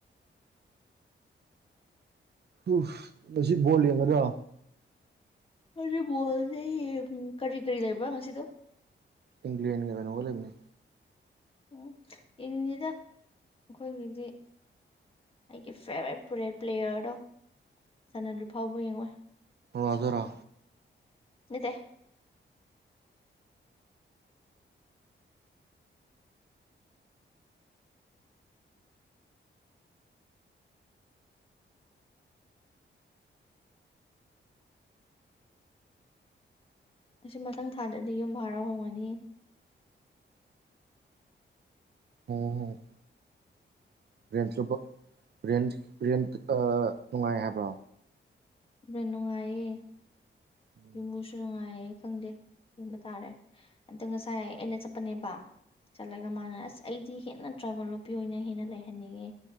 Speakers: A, on the right; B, on the left.
A: ꯎꯐ ꯉꯁꯤ ꯕꯣꯜ ꯌꯦꯡꯒꯗ꯭ꯔꯣ
B: <unintelligible> ꯀꯔꯤ ꯀꯔꯤ ꯂꯩꯕ꯭ꯔꯥ ꯉꯁꯤꯗꯣ
A: ꯏꯪꯂꯦꯟꯒ ꯀꯩꯅꯣꯒ ꯂꯩꯕꯅꯦ
B: ꯎꯝ ꯏꯡꯉꯤꯗ ꯑꯩꯈꯣꯏꯒꯤꯗꯤ ꯑꯩꯒꯤ ꯐꯦꯚꯣꯔꯥꯏꯠ ꯄ꯭ꯂꯦꯌꯔꯗꯣ ꯁꯅꯥꯗ꯭ꯔꯤ ꯐꯥꯎꯕ ꯌꯦꯡꯉꯣꯏ
A: ꯔꯣꯅꯥꯜꯗꯣꯔꯣ
B: ꯅꯠꯇꯦ ꯑꯩꯁꯤ ꯃꯊꯪ ꯊꯥꯗꯗꯤ ꯌꯨꯝ ꯕꯔ ꯍꯣꯡꯉꯅꯤ
A: ꯍꯣꯡꯉꯣ ꯍꯣꯡꯉꯣ ꯔꯦꯟ ꯂꯨꯄ ꯔꯦꯟ ꯔꯦꯟ ꯑ ꯅꯨꯡꯉꯥꯏ ꯍꯥꯏꯕ꯭ꯔꯣ
B: ꯔꯦꯟ ꯅꯨꯡꯉꯥꯏꯑꯦ
A: ꯎꯝ
B: ꯌꯨꯝꯕꯨꯁꯨ ꯅꯨꯡꯉꯥꯏꯌꯦ ꯈꯪꯗꯦ ꯌꯦꯡꯕ ꯇꯥꯔꯦ ꯑꯗꯣ ꯉꯁꯥꯏ ꯑꯩꯅ ꯆꯠꯄꯅꯦꯕ ꯆꯠꯂꯒ ꯃꯥꯅ ꯑꯁ ꯑꯩꯗꯤ ꯍꯦꯟꯅ ꯇ꯭ꯔꯥꯕꯦꯜ ꯅꯨꯄꯤ ꯑꯣꯏꯅ ꯍꯦꯟꯅ ꯂꯩꯍꯟꯅꯤꯡꯉꯦ